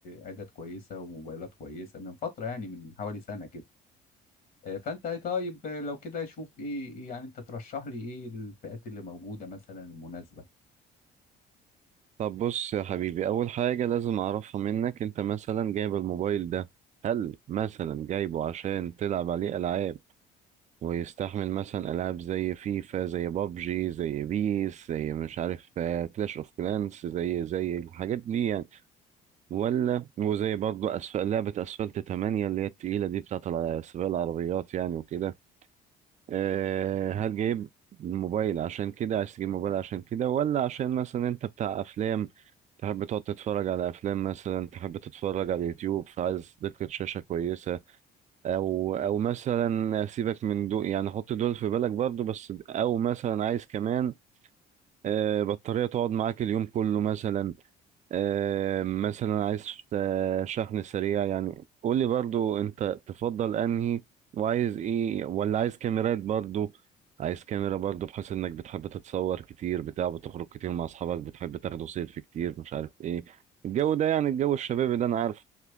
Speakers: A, on the left; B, on the right.
A: عدد كويسة وموبايلات كويسة من فترة يعني من حوالي سنة كده آه، فانت طيب آه، لو كده شوف ايه إيه يعني انت ترشح لي ايه الفئات اللي موجوده مثلا المناسبه
B: طب بص يا حبيبي اول حاجه لازم اعرفها منك انت مثلا جايب الموبايل ده هل مثلا جايبه عشان تلعب عليه العاب ويستحمل مثلا ألعاب زي فيفا زي بابجي زي بيس زي مش عارف كلاش اوف كلانس زي زي الحاجات دي يعني ولا وزي برضه أسفل لعبة أسفلت 8 اللي هي التقيلة دي بتاعت الع- سباق العربيات يعني وكده أه هل جايب الموبايل عشان كده عايز تجيب موبايل عشان كده ولا عشان مثلا انت بتاع افلام تحب تقعد تتفرج على افلام مثلا تحب تتفرج على اليوتيوب فعايز دقة شاشة كويسة او او مثلا سيبك من دول يعني حط دول في بالك برضو بس او مثلا عايز كمان آه، بطارية تقعد معاك اليوم كله مثلا آه، مثلا عايز آه، شحن سريع يعني قول لي برضو انت تفضل انهي وعايز ايه ولا عايز كاميرات برضو عايز كاميرا برضو بحيث انك بتحب تتصور كتير بتاع بتخرج كتير مع اصحابك بتحب تاخدوا سيلفي كتير مش عارف ايه الجو ده يعني الجو الشبابي ده انا عارف